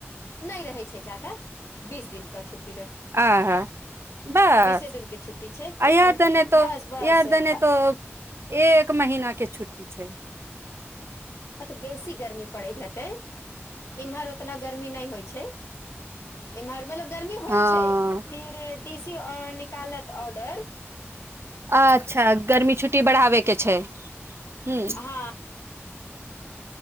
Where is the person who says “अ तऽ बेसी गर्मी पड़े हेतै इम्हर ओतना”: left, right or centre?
Left